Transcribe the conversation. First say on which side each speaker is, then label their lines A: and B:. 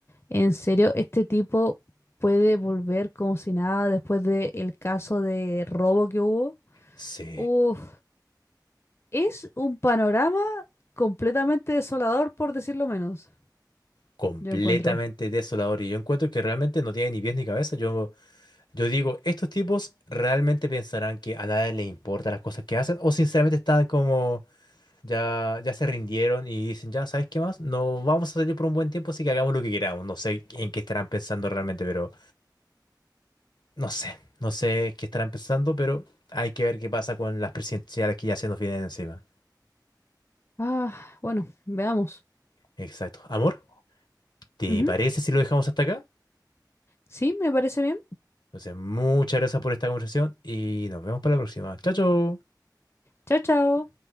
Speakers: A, on the left; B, on the left.
A: en serio, este tipo puede volver como si nada después del caso de robo que hubo.
B: Sí,
A: Uf, es un panorama completamente desolador, por decirlo menos,
B: completamente
A: yo encuentro.
B: desolador. Y yo encuentro que realmente no tiene ni pies ni cabeza. Yo, yo digo, estos tipos realmente pensarán que a nadie les importa las cosas que hacen, o sinceramente están como ya, ya se rindieron y dicen, ya, ¿sabes qué más? No vamos a salir por un buen tiempo, así que hagamos lo que queramos. No sé en qué estarán pensando realmente, pero no sé, no sé qué estarán pensando, pero hay que ver qué pasa con las presidenciales que ya se nos vienen encima.
A: Ah, bueno, veamos.
B: Exacto. Amor, ¿te
A: Ujú.
B: parece si lo dejamos hasta acá?
A: Sí, me parece bien.
B: Entonces, muchas gracias por esta conversación y nos vemos para la próxima. Chao, chao.
A: Chao, chao.